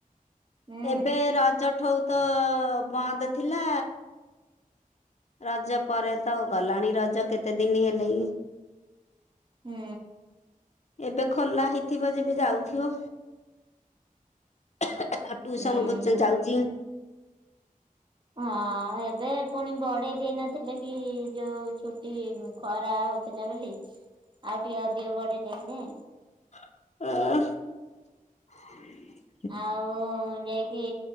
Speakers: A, on the right; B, on the left.
A: ହୁଁ
B: ଏବେ ରଜ ଠୁ ତ ବନ୍ଦ ଥିଲା। ରଜ ପରେ ତ ଗଲାଣି ରଜ କେତେ ଦିନ ହେଲେ
A: ହୁଁ।
B: ଏବେ ଖୋଲା ହେଇଥିବ ଯେବେ ଯାଉଥିବ। ଟ୍ୟୁସନ୍
A: ଉଁ।
B: କରୁଛନ୍ତି ଯାଉଚି।
A: ହଁ ଏବେ ପୁଣି ବଢ଼େଇ ଦେଇ ନଥିଲେ କି ଯୋଉ ଛୁଟି ଖରା ହଉ ଥିଲା ବୋଲି ଆଉ ଟିକେ ଅଧିକ ବଢ଼େଇ ଦେଲେ।
B: <unintelligible>
A: ଆଉ ଯାଇକି